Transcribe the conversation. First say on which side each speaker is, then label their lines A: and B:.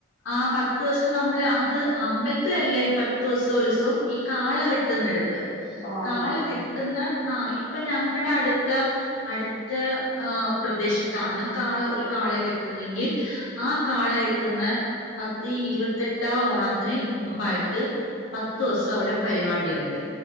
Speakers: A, on the left; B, on the left.
A: ആ പത്ത് ദിവസം നമ്മള് അത് അബലത്തിലല്ല ഈ പത്ത് ദിവസവും ഉത്സവും ഈ കാള കെട്ടുന്നെടുത്ത്
B: ഓ അങ്ങനെ
A: കാള കിട്ടുന്ന
B: ആ
A: ആ ഇപ്പൊ ഞങ്ങളുടെ അടുത്ത അടുത്ത പ്രദേശത്താണ് കാള ഒരു കാള കാള കിട്ടുന്നെങ്കിൽ ആ കാള കിട്ടുന്ന പത്ത് ഈ ഇരുപത്തെട്ടാം ഓണത്തിന് മുമ്പായിട്ട് പത്ത് ദിവസം അവിടെ പരിപാടിയുണ്ട്